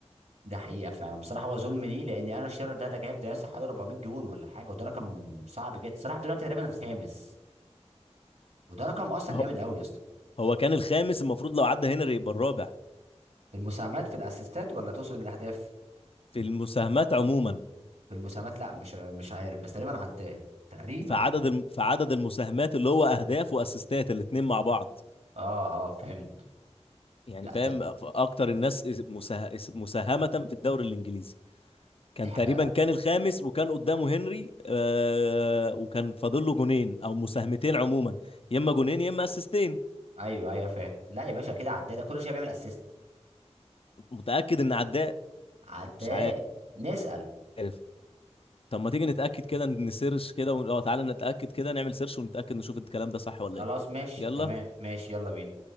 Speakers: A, on the right (about 85°); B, on the left (about 55°).
A: ده حقيقه فعلا بصراحه هو ظلم ليه لان انا شيرر ده ده جايب ده يا اسطى حوالي 400 جون ولا حاجه وده رقم صعب جدا صلاح دلوقتي تقريبا الخامس وده رقم اصلا
B: هو
A: جامد قوي يا اسطى
B: هو كان الخامس المفروض لو عدى هنري يبقى الرابع
A: في المساهمات في الاسيستات ولا تقصد الاهداف
B: في المساهمات عموما
A: في المساهمات لا مش مش عارف بس تقريبا عداه تقريبا
B: في عدد الم... في عدد المساهمات اللي هو اهداف واسيستات الاثنين مع بعض
A: اه اه فهمت
B: يعني
A: لا
B: فاهم
A: ت-
B: اكتر الناس اس- مساه... اس- مساهمة في الدوري الانجليزي كان
A: دي حاجه
B: تقريبا كان الخامس وكان قدامه هنري آه وكان فاضل له جونين او مساهمتين عموما يا اما جونين يا اما اسيستين
A: ايوه ايوه فاهم لا يا باشا كده عداه ده كل شويه بيعمل اسيست
B: فمتاكد ان عداه
A: عداء
B: مش
A: نسأل
B: عارف طب ما تيجي نتاكد كده نسيرش كده ون... اه تعالى نتاكد كده نعمل سيرش ونتاكد نشوف الكلام ده صح ولا
A: خلاص
B: ايه
A: ماشي
B: يلا
A: تمام ماشي يلا بينا